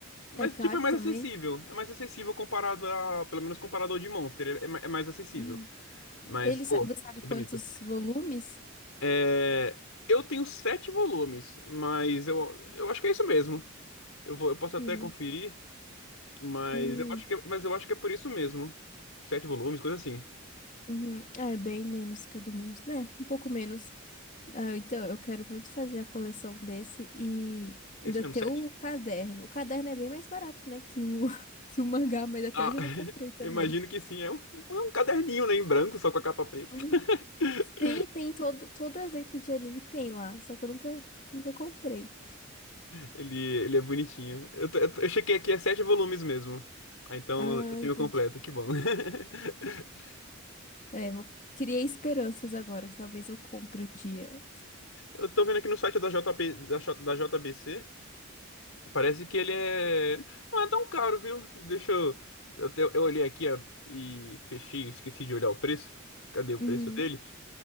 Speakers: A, on the left (about 85°); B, on the left (about 40°).
A: Mas,
B: É caro
A: tipo, é mais
B: também?
A: acessível. É mais acessível comparado a. Pelo menos comparado ao de Monster. É, é ma- é mais acessível.
B: Uhum.
A: Mas,
B: Ele
A: pô,
B: sa- você sabe
A: bonito.
B: quantos volumes?
A: É, eu tenho sete volumes, mas eu, eu acho que é isso mesmo. Eu vou, eu posso até
B: Uhum.
A: conferir, mas
B: Uhum.
A: eu acho que, é- mas eu acho que é por isso mesmo. Sete volumes, coisa assim.
B: Uhum. Ah, é bem menos que o do Monstro, né? Um pouco menos. Ah, então, eu quero muito fazer a coleção desse e
A: É
B: ainda
A: isso mesmo,
B: ter
A: sete.
B: o caderno. O caderno é bem mais barato, né, que o, <laughs> que o mangá, mas até
A: Ah,
B: hoje
A: <laughs>
B: eu não comprei também.
A: imagino que sim. É um, é um caderninho, né, em branco, só com a capa preta.
B: Hum.
A: <laughs>
B: Sim, tem todo, todo evento de anime tem lá, só que eu nunca, nunca comprei.
A: Ele, ele é bonitinho. Eu, t- eu, t- eu chequei aqui, é sete volumes mesmo. Ah, então
B: Ah,
A: eu tenho
B: entendi.
A: completo, que bom. <laughs>
B: É, vou... Criei esperanças agora, que talvez eu compre um dia.
A: Eu tô vendo aqui no site da JP, da, J- da JBC. Parece que ele é. Não é tão caro, viu? Deixa eu. Eu, te- eu olhei aqui ó, e fechei, esqueci de olhar o preço. Cadê o
B: Uhum,
A: preço dele?